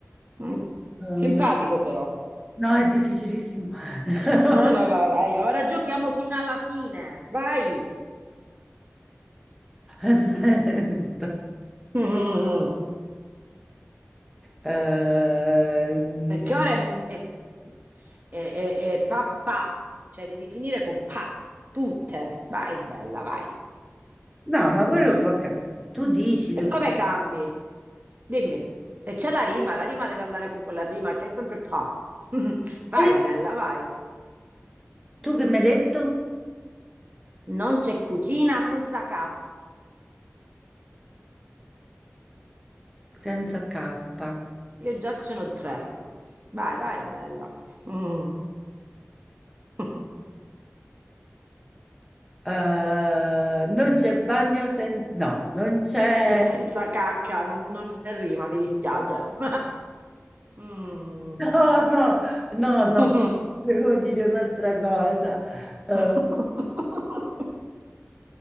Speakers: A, on the right; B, in the centre.
A: mm.
B: Eh,
A: Simpatico però.
B: No, è difficilissimo. <laughs>
A: No, no, vai, vai. Ora giochiamo fino alla fine. Vai.
B: Aspetta.
A: Mm.
B: Ehm,
A: Perché ora è, è- è- è- è pa pa, cioè devi finire con pa, tutte. Vai, bella, vai.
B: no, ma quello è un po' che- Tu dici,
A: E
B: dobb-
A: come cambi? Dimmi, se c'è la rima, la rima deve andare con quella prima che è sempre pa. <laughs> Vai,
B: eh,
A: bella, vai.
B: tu che mi hai detto?
A: Non c'è cucina senza K.
B: Senza K.
A: Io già ce n'ho tre. Vai, vai, bella. Mm. <laughs>
B: Eh, non c'è bagno senza... No, non c'è...
A: Senza cacca, non, non è rima, mi dispiace. <laughs> Mm.
B: No, no, no, no,
A: <laughs>
B: devo dire un'altra cosa. Eh,
A: <laughs>